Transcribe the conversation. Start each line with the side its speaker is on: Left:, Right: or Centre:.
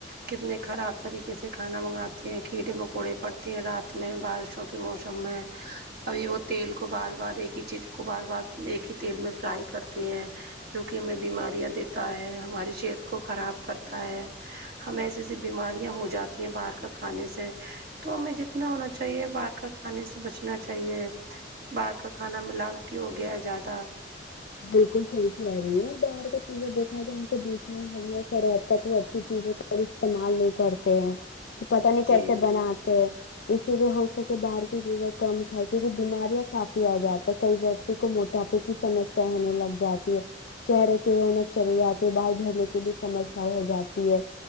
Right: کتنے خراب طریقے سے کھانا منگاتے ہیں کیڑے مکوڑے پڑتے ہیں رات میں بارشوں کے موسم میں ابھی وہ تیل کو بار بار ایک ہی چیز کو بار بار ایک ہی تیل میں فرائی کرتے ہیں جوکی ہمیں بیماریاں دیتا ہے ہماری صحت کو خراب کرتا ہے ہمیں ایسے ایسی بیماریاں ہو جاتی ہیں باہر کا کھانے سے تو ہمیں جتنا ہونا چاہیے باہر کا کھانے سے بچنا چاہیے باہر کا کھانا ملاوٹی ہو گیا ہے زیادہ
Left: بالکل صحیح کہہ رہی ہے باہر کا چیزیں دیکھا جائے تو بیچ میں رہا کوئی اچھی چیز استعمال نہیں کرتے ہیں کہ پتہ نہیں
Right: جی
Left: کیسے بناتے ہے اس لیے ہو سکے باہر کی چیزیں کم کھائے کیونکہ بیماریاں کافی آ جاتی ہے کئی اور موٹاپے کی سمسیا ہونے لگ جاتی ہے چہرے کی رونق چلی جاتی ہے بال جھرنے کی بھی سمسیا ہو جاتی ہے